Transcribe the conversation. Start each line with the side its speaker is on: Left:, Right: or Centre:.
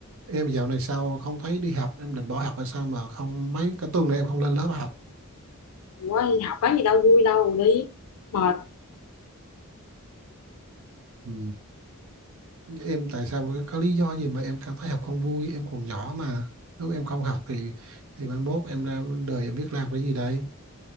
Right: em dạo này sao không thấy đi học em định bỏ học hay sao mà không mấy cái tuần này em không lên lớp học
Left: Ủa đi học có gì đâu vui đâu đi mệt
Right: ừ. em tại sao có lý do gì mà em cảm thấy học không vui em còn nhỏ mà nếu em không học thì thì mai mốt em ra đời em biết làm cái gì đây